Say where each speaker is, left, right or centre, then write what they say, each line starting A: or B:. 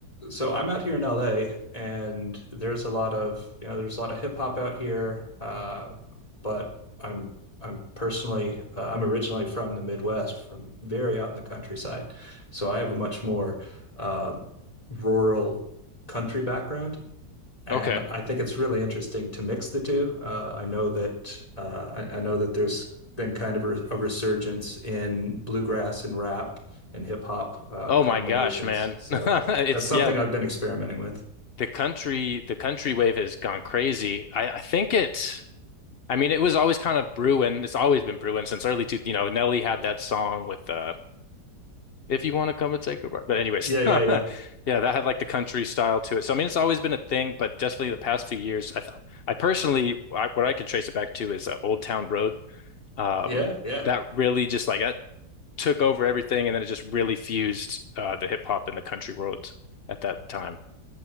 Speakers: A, on the left; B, on the left.
A: so I'm out here in LA and there's a lot of you know there's a lot of hip hop out here uh but I'm I'm personally uh, I'm originally from the Midwest from very out in the countryside so I have a much more um rural country background and
B: Okay.
A: I think it's really interesting to mix the two. Uh, I know that uh, I, I know that there's been kind of a, a resurgence in bluegrass and rap and hip hop uh,
B: Oh
A: combinations.
B: my gosh, man.
A: So
B: <laughs> It's
A: that's something
B: yeah,
A: I've been experimenting with.
B: the country the country wave has gone crazy. I, I think it I mean it was always kind of brewing. It's always been brewing since early two, you know, Nelly had that song with uh If You Want to Come and Take a Ride. But anyways,
A: Yeah, yeah,
B: <laughs> yeah,
A: yeah,
B: that had like the country style to it. So I mean it's always been a thing, but definitely the past few years I th I personally I, what I could trace it back to is uh, Old Town Road. Um,
A: yeah, yeah.
B: that really just like that took over everything, and then it just really fused uh, the hip hop and the country world at that time.